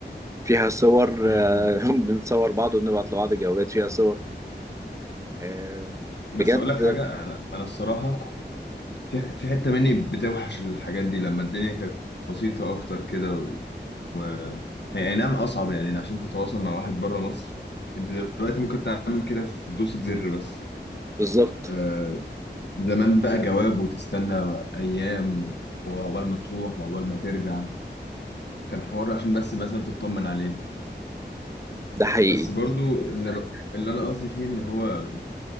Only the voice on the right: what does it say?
فيها صور
آه، <laughs> بنصور بعض وبنبعت لبعض جوابات فيها صور آه،
بجد
بالظبط
ده حقيقي